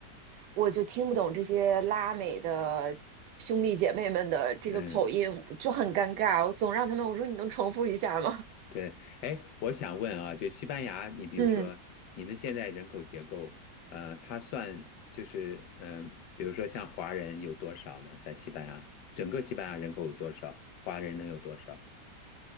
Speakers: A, on the right; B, on the left.
A: 我就听不懂这些拉美的兄弟姐妹们的这个口音，
B: 嗯。
A: 就很尴尬。我总让他们我说你能重复一下吗？
B: 对，哎，我想问啊，就西班牙，你比如说，
A: 嗯。
B: 你们现在人口结构，呃，它算就是，嗯、比如说像华人有多少呢？在西班牙，整个西班牙人口有多少？华人能有多少？